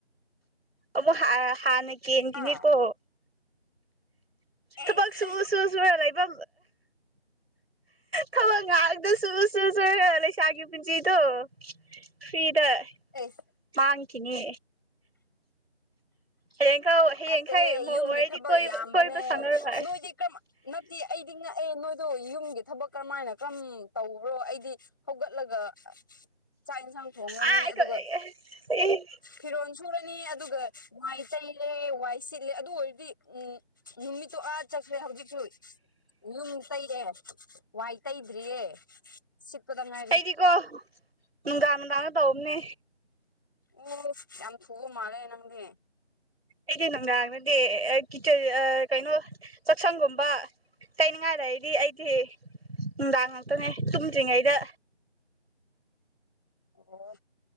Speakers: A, on the right; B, on the left.
A: ꯑꯃꯨꯛ ꯍꯥꯔ ꯍꯥꯟꯅ ꯀꯦꯟꯒꯤꯅꯤꯀꯣ
B: ꯍꯥ ꯑꯦꯁ
A: ꯊꯕꯛ ꯁꯨ ꯁꯨ ꯁꯨꯔꯥ ꯂꯩꯕ ꯊꯕꯛ ꯉꯥꯛꯗ ꯁꯨ ꯁꯨ ꯁꯨꯔꯒ ꯂꯩꯁꯥꯒꯤ ꯄꯨꯟꯁꯤꯗꯣ ꯐ꯭ꯔꯤꯗ
B: ꯑꯦꯁ
A: ꯃꯥꯡꯈꯤꯅꯦ ꯍꯌꯦꯡꯈꯧ ꯍꯌꯦꯡꯈꯩ
B: ꯅꯠꯇꯦꯍꯦ
A: ꯃꯧ
B: ꯌꯨꯝꯒꯤ
A: ꯑꯣꯏꯔꯗꯤ
B: ꯊꯕꯛ
A: ꯀꯣꯏꯕ
B: ꯌꯥꯝꯕꯅꯦ
A: ꯀꯣꯏꯕ ꯁꯪꯉꯔꯣꯏ
B: ꯅꯣꯏꯗꯤ ꯀꯔꯝ ꯅꯠꯇꯦ ꯑꯩꯗꯤ ꯉꯛꯑꯦ ꯅꯣꯏꯗꯣ ꯌꯨꯝꯒꯤ ꯊꯕꯛ ꯀꯔꯝꯃꯥꯏꯅ ꯀꯔꯝ ꯇꯧꯕ꯭ꯔꯣ ꯑꯩꯗꯤ ꯍꯧꯒꯠꯂꯒ ꯆꯥꯛ ꯏꯟꯖꯥꯡ ꯊꯣꯡꯉꯅꯤ
A: ꯑꯥ
B: ꯑꯗꯨꯒ
A: ꯑꯩꯀꯣ
B: ꯐꯤꯔꯣꯟ ꯁꯨꯔꯅꯤ ꯑꯗꯨꯒ ꯋꯥꯏ ꯇꯩꯔꯦ ꯋꯥꯏ ꯁꯤꯠꯂꯦ ꯑꯗꯨ ꯑꯣꯏꯔꯗꯤ ꯎꯝ ꯅꯨꯃꯤꯠꯇꯨ ꯑꯥ ꯆꯠꯈ꯭ꯔꯦ ꯍꯧꯖꯤꯛꯁꯨ ꯌꯨꯝ ꯇꯩꯔꯦ꯫ ꯋꯥꯏ ꯇꯩꯗ꯭ꯔꯤꯌꯦ ꯁꯤꯠꯄꯗ ꯉꯥꯏꯔꯤ꯫
A: ꯑꯩꯗꯤꯀꯣ ꯅꯨꯡꯗꯥꯡ ꯅꯨꯡꯗꯥꯡꯗ ꯇꯧꯕꯅꯦ꯫
B: ꯑꯣ ꯌꯥꯝ ꯊꯨꯕ ꯃꯥꯜꯂꯦ ꯅꯪꯗꯤ꯫
A: ꯑꯩꯗꯤ ꯅꯨꯡꯗꯥꯡꯅꯗꯤ ꯑ ꯀꯤꯆꯟ ꯀꯩꯅꯣ ꯆꯥꯛꯁꯪꯒꯨꯝꯕ꯫ ꯇꯩꯅꯤꯡꯉꯥꯏ ꯂꯩꯔꯗꯤ ꯑꯩꯗꯤ ꯅꯨꯡꯗꯥꯡ ꯉꯥꯛꯇꯅꯦ ꯇꯨꯝꯗ꯭ꯔꯤꯉꯩꯗ꯫
B: ꯑꯣ